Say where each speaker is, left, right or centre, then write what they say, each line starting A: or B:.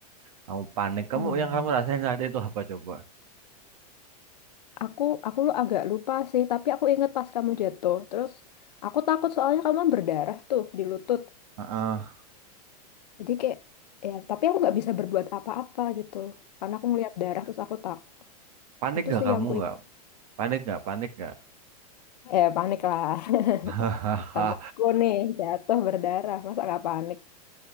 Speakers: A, on the right (about 60°); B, on the left (about 90°).
A: kamu panik kamu
B: Oh iya
A: yang kamu
B: ya.
A: rasain saat itu apa coba
B: Aku aku lu agak lupa sih, tapi aku inget pas kamu jatuh. Terus aku takut soalnya kamu kan berdarah tuh di lutut.
A: ah ah.
B: Jadi kayak ya, tapi aku nggak bisa berbuat apa-apa gitu. Karena aku ngeliat darah terus aku tak.
A: panik
B: Itu
A: nggak
B: sih
A: kamu
B: yang ku
A: nggak
B: ingat.
A: panik nggak panik nggak
B: Eh panik lah. <laughs>
A: <laughs> hahaha
B: Temanku nih jatuh berdarah, masa nggak panik?